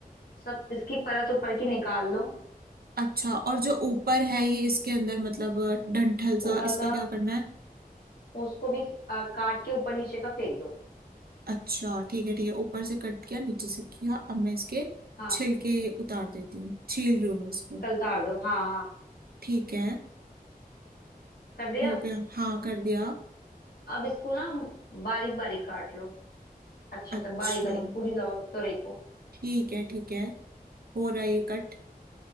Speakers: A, on the left; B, on the right.
A: सब इसकी परत ऊपर की निकाल लो
B: अच्छा और जो ऊपर है ये इसके अंदर मतलब डंठल
A: ऊपर
B: सा इसका
A: का
B: क्या करना है
A: उसको भी आ, काट के ऊपर नीचे का फेंक दो
B: अच्छा ठीक है ठीक है ऊपर से कट किया नीचे से किया अब मैं इसके
A: हाँ,
B: छिलके उतार देती हूँ छील रही हूँ मैं उसको
A: कल तार दो हाँ हाँ
B: ठीक है
A: कर दिया
B: हो गया हाँ कर दिया
A: अब इसको ना बारीक बारीक काट लो अच्छे
B: अच्छा
A: से बारीक बारीक पूरी लाओ तुरई को
B: ठीक है ठीक है हो रहा है ये कट